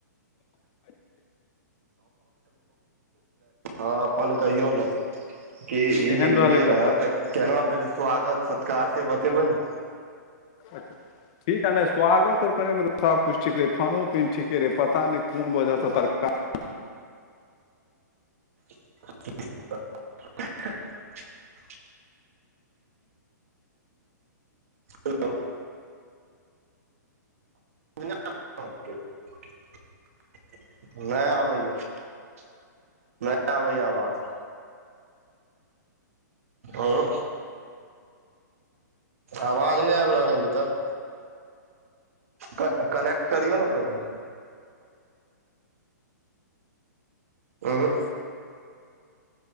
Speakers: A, on the right; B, on the left.
A: हँ अपन कहियौ ने <unintelligible> कि
B: केहन
A: ई जे
B: रहलै
A: गेलियै
B: सफर
A: रहऽ तऽ केना भेले स्वागत सत्कार से बतेबै ने
B: अच्छा <inaudible> ठीक है न स्वागत और करे मे त सब कुछ ठीक रहे, खानो पीन ठीके रहे, पता नै कोन वजह से तरकार
A: <inaudible> हेलो। <unintelligible> नहि आबैएा नहि आबैए आवाज आँ। आवाज नै आबि रहल ए मितर कनेक करियौ ने पहिले उंहुं।